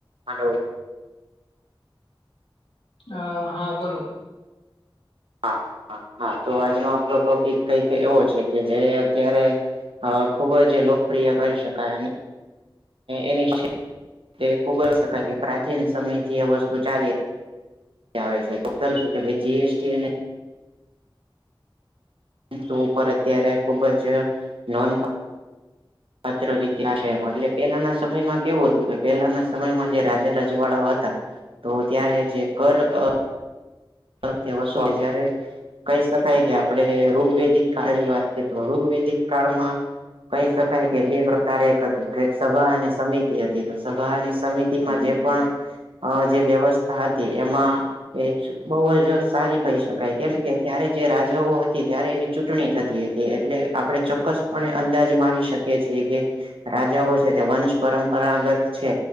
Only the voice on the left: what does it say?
અ હા બોલો